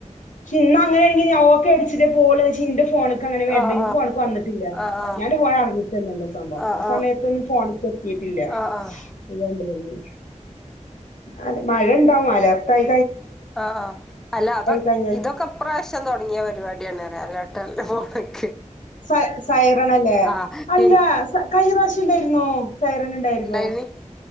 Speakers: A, on the left; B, in the centre.
A: ഇന്ന് അങ്ങനെ ആണെങ്കിൽ ഞാൻ ഓക്കെ അടിച്ചിട്ടെ പോവുള്ളു എന്നു വെച് എന്റെ ഫോ ഫോണുക്ക് അങ്ങനെ <unintelligible>
B: ആഹ്
A: ഇന്ന് ഫോണിക്ക് വന്നിട്ടില്ല
B: ആഹ് ആഹ്
A: ഞാൻ എന്റെ <unintelligible> ആ
B: ആഹ് ആഹ്
A: സമയത്തു ഒന്നും ഫോൺ പൊക്കിയിട്ടില്ല
B: ആഹ് ആഹ്
A: ഇതായി <unintelligible> അല്ല മഴെണ്ടാവും മഴയത്തായി.
B: ആഹ അല്ല അപ്പ
A: കഴിഞ്ഞാല്
B: ഇതൊക്കെ ഈ പ്രാവശ്യം തുടങ്ങിയ പരിപാടിയാന്നെ മേലോട്ടല്ല <unintelligible>
A: സൈ സൈറൻ അല്ലേ,
B: ആഹ്
A: അല്ല
B: പിൻ
A: സ കഴിഞ്ഞ പ്രാവശ്യം ഇണ്ടായിരുന്നു സൈറൻ ഇണ്ടായിരുന്നു.
B: ഇണ്ടായിനി